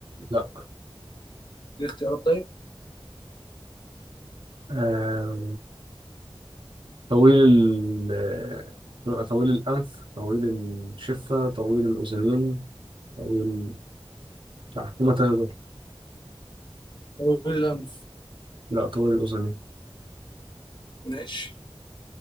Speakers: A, on the right; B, on the left.
A: لا
B: دي اختيارات طيب
A: آه طويل ال آه، طويل الأنف طويل الشفة طويل الأذنين طويل بتاع حكومة تهدر.
B: طويل الأنف
A: لا طويل الأذنين
B: ماشي